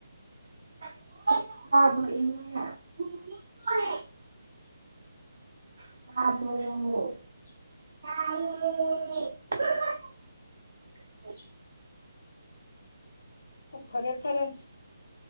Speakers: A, on the right; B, on the left.
A: ꯑ ꯑꯗ ꯎꯝ
B: ꯑꯣ ꯐꯔꯦꯠ ꯐꯔꯦꯠ